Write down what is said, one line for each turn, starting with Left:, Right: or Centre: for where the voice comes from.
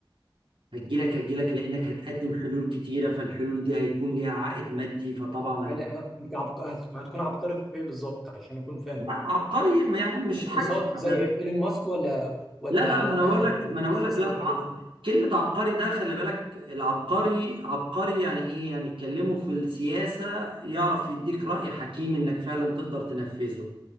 Right: هتجيلك هتجيلك لانك هتقدم حلول كتيره فالحلول دي هيكون ليها عائد مادي فطبعا
Centre: يعني
Right: هيكون
Centre: آه، انت عبق... هتكون عبقري في ايه بالظبط عشان اكون فاهم
Right: لا عبقري يعني مش
Centre: اقتصاد
Right: في حاجه محدده
Centre: زي ايلون ماسك ولا ولا
Right: لا لا
Centre: ولا
Right: ما انا بقول لك ما
Centre: في الفيزيكس
Right: انا بقول لك لا
Centre: والحاجات
Right: ع-
Centre: دي
Right: كلمة عبقري ده خلي بالك العبقري عبقري يعني ايه يعني اتكلمه في السياسة يعرف يديك رأي حكيم انك فعلا تقدر تنفذه